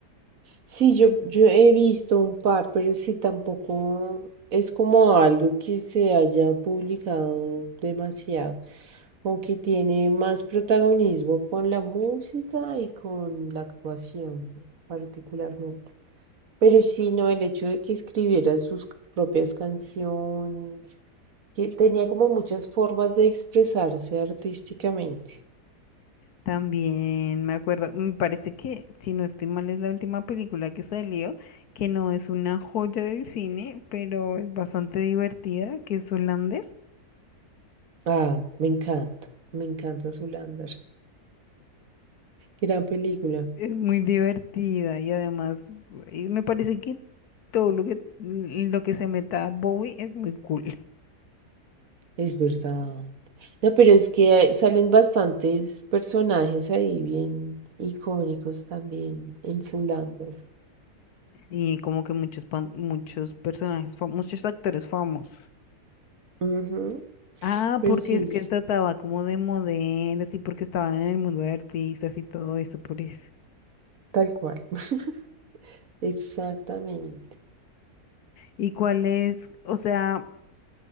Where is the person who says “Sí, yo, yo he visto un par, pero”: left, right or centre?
Right